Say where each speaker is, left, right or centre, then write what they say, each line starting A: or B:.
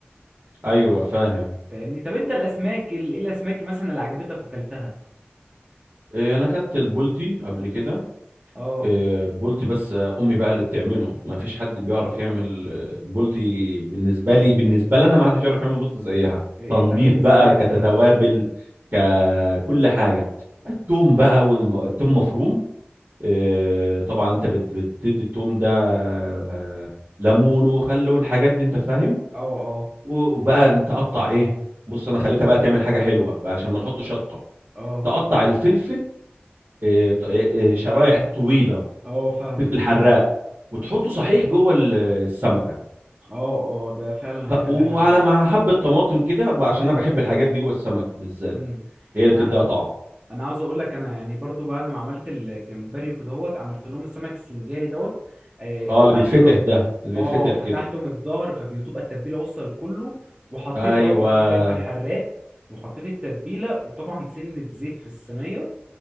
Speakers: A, on the right; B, on the right.
A: أيوة فاهم
B: فاهمني طب انت الاسماك ال- ايه الاسماك مثلا اللي عجبتك وكلتها
A: إيه أنا أكلت البولتي قبل كده
B: اه
A: آه، بولتي بس آه، امي بقى اللي بتعمله ما فيش حد بيعرف يعمل آه، بولتي بالنسبه لي بالنسبه لنا ما حدش يعرف يعمل بولتي زيها
B: إيه،
A: تنظيف
B: بتعمله ازاي
A: بقى كتوابل
B: طيب
A: ككل حاجه التوم بقى والتوم مفروم آه، طبعا انت بت- بتدي التوم ده آه، ليمون وخل والحاجات دي انت فاهم
B: اه اه
A: و- وبقى انت قطع ايه بص انا خليتها بقى تعمل حاجه حلوه بقى عشان ما نحط شطه
B: اه
A: تقطع الفلفل آه، ط- آه، آه، شرايح طويله
B: اه فاهمك
A: فلفل حراق وتحطه صحيح جوه ال- السمكه
B: اه اه ده فعلا
A: ه-
B: هيخليها
A: وعلى
B: حراق
A: مع حبه طماطم كده بقى عشان انا بحب الحاجات دي جوه السمك بالذات
B: امم
A: هي اللي
B: يعني
A: بتديها طعم
B: انا عاوز اقول لك انا يعني برضو بعد ما عملت الجمبري وكده هوت عملت لهم السمك السنجاري دوت آه،
A: اه
B: فتحته
A: اللي بيتفتح
B: ط-
A: ده اللي
B: اه
A: بيتفتح
B: فتحته
A: كده
B: من الظهر فبتبقى التتبيله وصل كله وحطيت
A: ايوه
B: برضو فيه فلفل حراق وحطيت التتبيله وطبعا سنه زيت في الصينيه